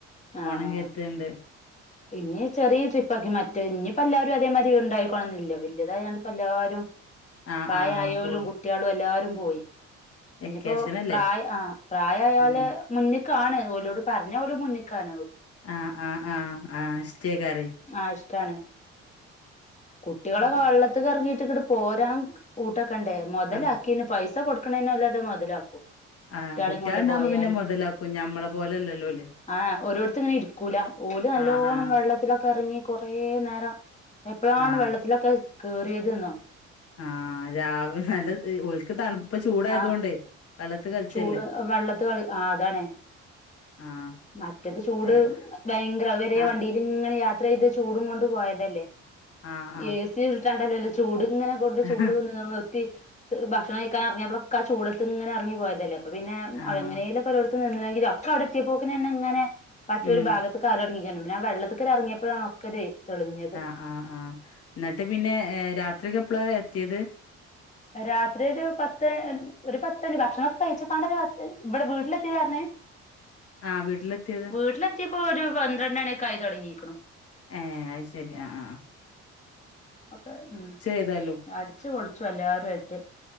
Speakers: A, on the left (about 50°); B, on the left (about 20°).
A: പോണം
B: ആഹ്
A: വിചാരിക്ക്
B: ആഹ്
A: ണ്ട്
B: ഇനി ചെറിയ ട്രിപ്പ് ആകി മറ്റേ ഇഞ്ഞ് ഇപ്പോ അതേ മാതിരി ഇണ്ടായിക്കോണം എന്നില്ല വലിയതായികാണ്ട് ഇപ്പോ എല്ലാരും
A: ആ
B: പ്രായയോലും
A: ആ ആ പോ
B: കുട്ടിളോം എല്ലോരും പോയി
A: വെക്കേഷൻ
B: ഇഞ്ഞ് ഇപ്പോ
A: അല്ലേ
B: പ്രായാ ആഹ് പ്രായായോലെ
A: ഉം
B: മുന്നിക്കാണ് ഓലോട് പറഞ്ഞാ ഓല് മുന്നിക്കാണ്
A: ആഹ് ആഹ് ആഹ് ആഹ് ഇഷ്ട്ടേക്കാരേ
B: ആഹ് ഇഷ്ട്ടാണ് കുട്ടിളൊക്കെ
A: ആഹ്
B: വെള്ളത്തിലേറങ്ങിട്ട് ഇങ്ങാട് പോരാൻ കൂട്ടാക്കണ്ടേ മൊതലാക്കി
A: ആഹ്
B: ആക്കിന് പൈസ കൊട് ക്ക്നതിന് ഉള്ളത് മൊതലാക്കും
A: ആഹ്
B: കുട്ട്യാളീം
A: കുട്ടിള്
B: കൊണ്ട്
A: ഇണ്ടാവുമ്പോ
B: പോയാല്
A: പിന്നെ മൊതലാക്കും ഞമ്മളെ പോലെ അല്ലല്ലോ ഓല്
B: ആഹ് ഒരിടത്ത് ഇങ്ങനെ ഇരിക്കൂല്ലാ ഓൽ നല്ലോ
A: ആഹ്
B: ഇപ്പണം
A: ആഹ്
B: വെള്ളത്തിലൊക്കെ എറങ്ങി കൊറേ നേരം എപ്പളാണ്
A: ആഹ്
B: വെള്ളത്തിലൊക്കെ കേറിയത് എന്നോ
A: ആഹ് രാവിലെ അല്ല ഒൽക്ക് തണുപ്പ് ചൂടായതോണ്ടേ
B: ആ
A: വെള്ളത്ത് കളിച്ചല്ലേ
B: ചൂട് വെള്ളത്ത് കളി ആ അതാണ്
A: ആഹ്
B: മറ്റത് ചൂട്
A: ഏത്
B: ഭയങ്കര അതുവരെ
A: ആഹ്
B: വണ്ടി ഇങ്ങനെ യാത്ര ചെയ്തു ചൂടും കൊണ്ട് പോയതല്ലേ
A: ആഹ്
B: എ സി ഇട്ടാണ്ടല്ലോ ചൂട് ങ്ങനെ ഫുഡ്
A: ആഹ്
B: ചൂട് നിർത്തി ഭക്ഷണം കഴിക്കാൻഇറങ്ങിയപ്പോ ഒകെ ആ ചൂടത്ത് ഇങ്ങനെ ഇറങ്ങിയപ്പോ പോയതല്ലേ അപ്പൊ പിന്നെ
A: ആഹ്
B: എങ്ങനെലൊക്കെ ഓരൊട്ത്ത് നിന്നെങ്കില ഒക്കെ അവിടെ എത്തിയപ്പോക്കിെന്നെ ഇങ്ങനെ മറ്റൊ
A: ഉം
B: ഒരു ഭാഗത്ത് കാൽ തുടങ്ങിക്ക് പിന്നെ ആ വെള്ളത്തിക്കറി ഇറങ്ങിയപ്പോഴാണ് ഒക്കെ തെളിഞ്ഞത്
A: ആ ആഹ എന്നിട്ട് പിന്നെ രാത്രിക്കെ എപ്പോഴാ എത്തിയത്
B: രാത്രി ഒരു പത്ത് ഒരു പത്തു മണി ഭക്ഷണം ഒക്കെ കഴിച്ചപ്പാണ്ടല്ല പത്ത് ഇവിടെ വീട്ടിലെത്തിയതാ പറഞ്ഞേ
A: ആഹ് വീട്ടിലെത്തിയത്
B: വീട്ടിലെത്തിയപ്പോ ഒരു പന്ത്രണ്ട് മണി ആയി തുടങ്ങിരിക്ക്ന്
A: ഏ അത് ശരി ആ ആ
B: ഒക്കെ ഉം
A: ഏതായാലും
B: അടിച്ചു പൊളിച്ചു എല്ലാവരും ആയിട്ട്